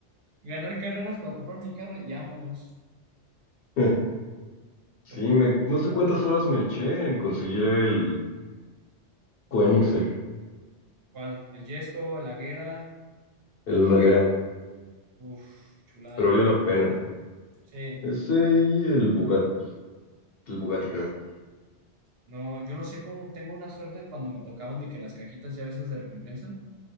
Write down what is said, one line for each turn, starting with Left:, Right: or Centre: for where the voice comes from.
Right: ganar carreras para comprar mi carro y vámonos.
Left: <laughs> Sí,
Right: Porque,
Left: me,
Right: pues,
Left: no sé cuántas horas me eché en conseguir el Koenigsegg,
Right: ¿cuál? El Yesco, el Aguera,
Left: el Daguerre,
Right: uff, chulada
Left: pero
Right: de
Left: valió
Right: carro.
Left: la pena.
Right: Sí,
Left: Ese y el Bugatti, el Bugatti creo.
Right: no, yo no sé cómo tengo una suerte cuando me tocaban de que las cajitas ya a veces de recompensa